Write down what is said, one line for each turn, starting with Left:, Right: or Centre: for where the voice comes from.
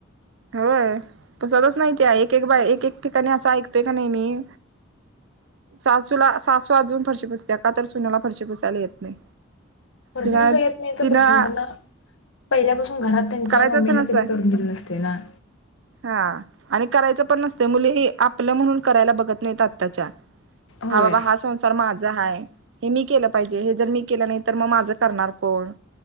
Right: होय पुसतच नाही त्या एक एक ठिकाणी असा ऐकतोय का नाही मी.. सासूला सासू अजून फरशी पुसते का तर सुनला फरशी पुसायला येत नाही.
Left: फरशी
Right: तिला
Left: पुसायला येत नाहीचा
Right: तिनं
Left: प्रश्न त्यांना पहिल्यापासून.. घरात त्यांच्या
Right: करायचंच
Left: मम्मीने
Right: नसतंय
Left: कधी करून दिले नसते ना.
Right: हा आणि करायचं पण नसतं मुली आपलं म्हणून करायला बघत नाहीत आत्ताच्या...
Left: होय
Right: हा बाबा हा संसार माझा आहे. हे मी केलं पाहिजे हे जर मी केलं नाही तर मग माझ करणार कोण?